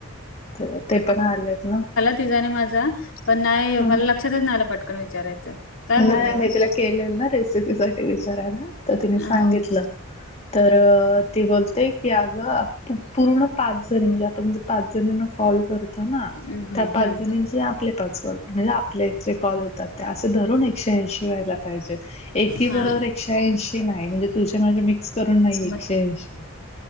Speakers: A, on the left; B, on the left.
A: ते पाहा ते पण आलेत. ना
B: तिचाही आणि माझा पण नाही. मला
A: ह
B: लक्षातच नाही आला पटकन विचारायचं काय
A: नाही
B: बोलली मग?
A: मी तिला केलेल. ना रेसिपी साठी विचारायला तर तिने
B: अ हं.
A: सांगितलं. तर ती बोलते. की अंग पूर्ण पाच जणी म्हणजे म्हणजे पाच जणीना कॉल करतो ना!
B: हम्म हम्म
A: त्या पाच
B: हम्म.
A: जणीचे आपले पाच कॉल म्हणजे आपले जे कॉल होतात. त्या असे धरून एकूण एकशे ऐशी व्हायला पाहीजे. एकी
B: हा.
A: बरोबर एकशे ऐशी नाय म्हणजे तुझे माझे मिक्स करून करून नाही.
B: मग
A: एकशे ऐंशी